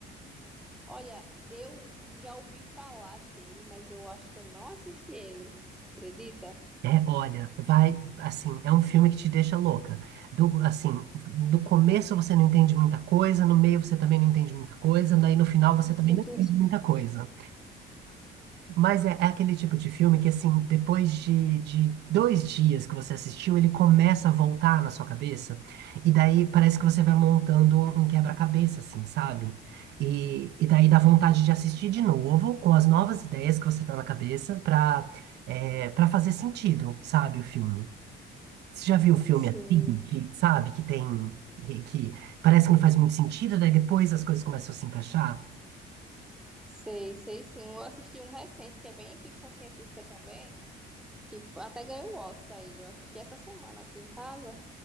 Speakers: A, in the centre; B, on the right.
A: Olha, eu já ouvi falar dele, mas eu acho que eu não assisti ele, acredita?
B: É, olha, vai, assim, é um filme que te deixa louca. Do, assim, do começo você não entende muita coisa, no meio você também não entende muita coisa, daí no final você
A: <laughs>
B: também não entende muita coisa. Mas é, é aquele tipo de filme que, assim, depois de, de dois dias que você assistiu, ele começa a voltar na sua cabeça. E daí parece que você vai montando um, um quebra-cabeça, assim, sabe? E, e daí dá vontade de assistir de novo, com as novas ideias que você tá na cabeça, pra, é, pra fazer sentido, sabe, o filme. Você já viu o filme
A: Sim,
B: assim, que, sabe, que tem. Que, que parece que não faz muito sentido, daí depois as coisas começam a se encaixar?
A: sei, sei sim. Eu assisti um recente que é bem ficção científica também, que f- até ganhou o Oscar ele. Eu assisti essa semana aqui em casa.